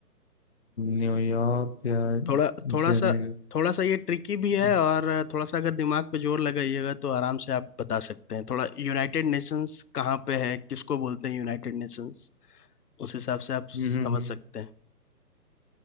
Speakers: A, on the left (about 45°); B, on the left (about 70°).
A: न्यूयॉर्क या
B: थोड़ा थोड़ा
A: जेनेवा
B: सा थोड़ा सा ये ट्रिकी भी है
A: हम्म
B: और थोड़ा सा अगर दिमाग पे जोर लगाइएगा तो आराम से आप बता सकते हैं थोड़ा यूनाइटेड नेशंस कहाँ पे है किसको बोलते हैं यूनाइटेड नेशंस उस हिसाब से आप समझ
A: हम्म, हम्म।
B: सकते हैं